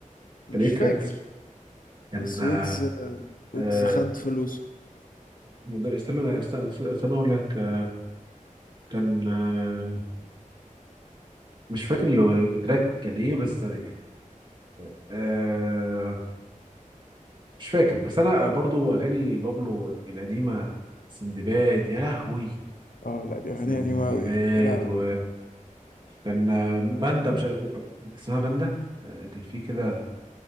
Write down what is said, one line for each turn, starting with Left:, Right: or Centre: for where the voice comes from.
Left: مش
Right: كان ايه تراك
Left: فاكر
Right: اسمه؟ كان
Left: بس
Right: آه
Left: ويجز آه، ويجز
Right: آه،
Left: خد فلوسه
Right: استنى استنى استنى اقول لك آه، كان آه، مش فاكر اللي هو التراك كان ايه بس يعني آه مش فاكر بس انا برضو اغاني بابلو القديمه سندباد يا لهوي
Left: اه لا دي
Right: سندباد
Left: أغنية قديمة أوي يا لهوي
Right: و كان باندا مش... اسمها باندا آه، كان في كده